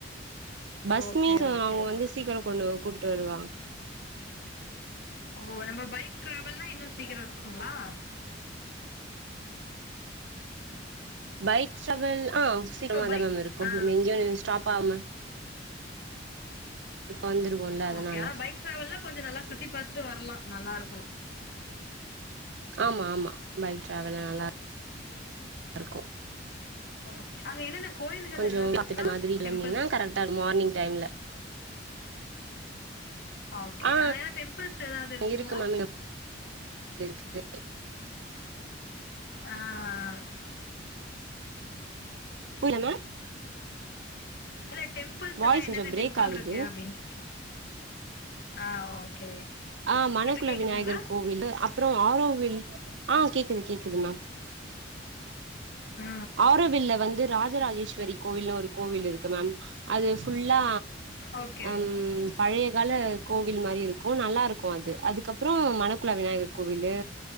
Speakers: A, on the right; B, on the left.
A: பஸ்
B: ஓகே
A: மீன்ஸ் அ
B: ஓகே
A: அவுங்க வந்து
B: ப்பா
A: சீக்கிர கொண்டு கூப்ட்டு வருவா
B: ஓ நம்ப பைக் ட்ராவல்னா இன்னு சீக்கிர இருக்குங்களா
A: பைக் ட்ராவல் ஆ சீக்கிரமா
B: இப்ப பைக்
A: தா மேம் இருக்கு
B: ஆ
A: நம்ம எங்கயு ஸ்டாப் ஆவாம வந்துருவோல்ல அதனால
B: ஓகே ஆனா பைக் ட்ராவல் கொஞ்சோ நல்லா சுத்தி பாத்துட்டு வர்லா நல்லா இருக்கு
A: ஆமா ஆமா பைக் ட்ராவல்ல நல்லா இருக்கு
B: ஓகே அங்க என்னன்ன கோயில்கள்
A: கொஞ்சோ
B: ஏதாவ்து
A: பாத்துட்டு
B: இருக்கா
A: மாதிரி கெளம்புனீங்கன்னா
B: டெம்பிள்ஸ்
A: கரெக்டா மார்னிங் டைம்ல
B: ஓகே
A: ஆ
B: அங்க ஏதா டெம்பிள்ஸ் ஏதாவ்து இருக்குங்களா
A: இருக்கு மேம் இருக்கு
B: ஆ ஆ
A: புரில மேம்
B: இல்ல டெம்பிள்ஸ்ஸுல்லா
A: வாய்ஸ்
B: என்னென்ன
A: கொஞ்சோ பிரேக்
B: டெம்பள்
A: ஆகுது
B: இருக்கு அப்டின்னு கேக்குறே ஆ ஓகே
A: ஆ மணக்குள
B: இப்ப கேக்குதுங்களா
A: விநாயகர் கோவில் அப்பறோ ஆரோவில் ஆ கேக்குது கேக்குது மேம்
B: ஆ
A: ஆரோவில்ல வந்து ராஜ ராஜேஸ்வரி கோவில்னு ஒரு கோவில் இருக்கு மேம் அது ஃபுல்லா
B: ஓகே
A: ம் பழைய கால கோவில் மாரி இருக்கு நல்லா இருக்கு அது அதுக்கப்பறோ மணக்குல விநாயகர் கோவிலு